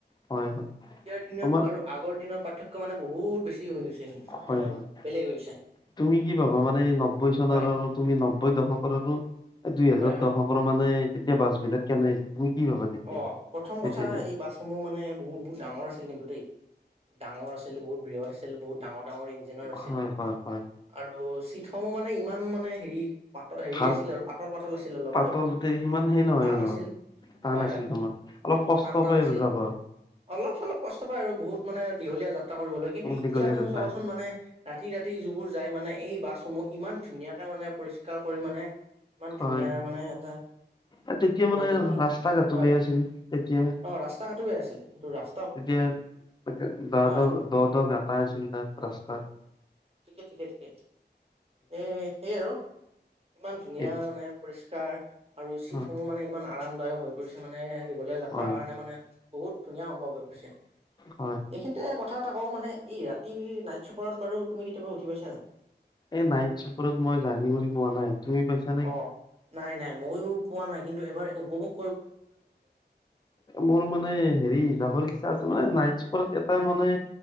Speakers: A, on the left; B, on the right.
A: হয় হয়
B: এতিয়াৰ দিনত
A: তোমাৰ
B: আৰু আগৰ দিনত পা তাতকৈ মানে বহুত বেছি হৈ গৈছে
A: হয়
B: মানে
A: হয়
B: বেলেগ হৈছে।
A: তুমি কি পাবা মানে নব্বৈ চনৰ
B: হয়
A: আৰু তুমি নব্বৈ দশকৰ আৰু এ দুই হেজাৰ
B: হয় হয়
A: দশকৰ
B: হয়
A: মানে তেতিয়া বাছবিলাক কেনে তুমি কি ভাবা তেতিয়া
B: অ প্ৰথম
A: তেতিয়া
B: কথা
A: যে
B: এই বাছসমূহ মানে বহুত বহুত ডাঙৰ আছিল কিন্তু দেই ডাঙৰ আছিল বহুত বৃহৎ আছিল বহুত ডাঙৰ ডাঙৰ ইঞ্জিনিয়াৰ আছিল
A: হয় হয় হয়
B: আৰু থমো মানে ইমান মানে হেৰি পাত হেৰি
A: ভাল
B: আছিল আৰু পাতল পাতল আছিল অলপ
A: পাতলতে
B: অলপ
A: সিমান সেই নহয়
B: টান
A: আৰু
B: আছিল
A: টান
B: হয়
A: আছিল
B: হয়
A: তোমাৰ অলপ কষ্ট
B: টান টান
A: পায়
B: আছিল
A: আৰু যাবা
B: অলপ চলপ কষ্ট পায় আৰু বহুত মানে দীঘলীয়া যাত্ৰা কৰিবলৈ কিন্তু
A: অলপ
B: এতিয়া
A: দীঘলীয়া
B: সমূহ
A: যাত্ৰা
B: চাবাচোন মানে ৰাতি ৰাতি যিবোৰ যায় মানে এই বাছসমূহ ইমান ধুনীয়াকে মানে পৰিষ্কাৰ কৰি মানে ইমান
A: হয়
B: ধুনীয়া মানে এটা
A: এ তেতিয়া মানে
B: দেখি
A: ৰাস্তা ঘাটো
B: হয়
A: বেয়া আছিল তেতিয়া
B: অঁ ৰাস্তা ঘাটো বেয়া আছিল <unintelligible>
A: তেতিয়া
B: হয়
A: দ দ গাটা আছিল তাত ৰাস্তাত
B: ঠিকে ঠিকে ঠিকে এই সেই আৰু ইমান ধুনীয়া
A: এ
B: মানে পৰিষ্কাৰ <unintelligible> আৰু চিটসমূহ
A: অ
B: মানে ইমান আৰামদায়ক হৈ পৰিছে মানে দীঘলীয়া যাত্ৰাৰ
A: হয়
B: কাৰণে মানে বহুত ধুনীয়া সম্ভৱ হৈ পৰিছে
A: হয়
B: এইখিনিতে কথা এটা কওঁ মানে এই ৰাতি নাইট ছুপাৰত বাৰু তুমি কেতিয়া উঠি পাইছান নাই
A: এই নাইট চুপাৰত মই জাৰ্ণি বুলি পোৱা নাই তুমি পাইছা নে?
B: অ' নাই নাই ময়ো পোৱা নাই কিন্তু এবাৰ উপভোক
A: মোৰ মানে হেৰি যাবৰ ইচ্ছা আছে নহয় নাইটচু ওপৰত এটা মানে